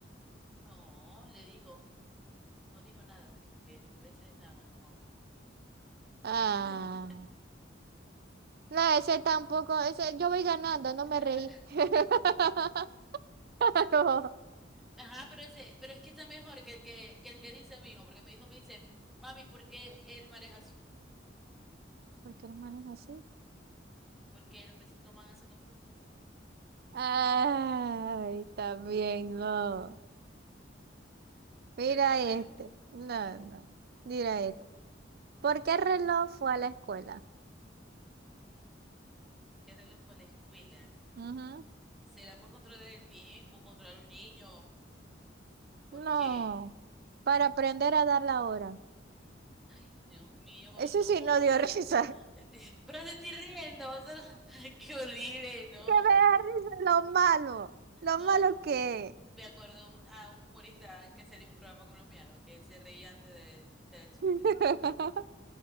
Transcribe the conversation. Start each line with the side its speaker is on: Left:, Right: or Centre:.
Centre: No, le dijo, no dijo nada, porque los peces nadan, no hablan.
Right: Ah,
Centre: <laughs>
Right: no, ese tampoco, ese, yo voy ganando, no me
Centre: Ah,
Right: reí. <laughs> Claro.
Centre: Ajá, pero, ese, pero es que está mejor que el que, que el que dice mi hijo, porque mi hijo me dice, mami, ¿por qué el mar es azul?
Right: ¿Por qué las manos así?
Centre: Porque los peces toman aceto, blu, blu, blu. <laughs>
Right: Ay, también no. Mira
Centre: Está bueno.
Right: este. No,
Centre: Ajá,
Right: no. Mira este. ¿Por qué el reloj fue a la escuela?
Centre: ya te lo fue a la escuela.
Right: Ujú.
Centre: ¿Será por controlar el tiempo, controlar a los niños? Porque,
Right: No. Para aprender a dar la hora.
Centre: ay, Dios mío,
Right: Eso
Centre: no.
Right: sí no dio risa. <laughs>
Centre: Estoy- <laughs> Pero te estoy riendo, o sea, <laughs> qué horrible, no.
Right: Que me da risa lo malo. Lo
Centre: No,
Right: malo que es.
Centre: me acuerdo un- a un humorista que salió en un programa colombiano que se reía antes de echar el chiste.
Right: <laughs>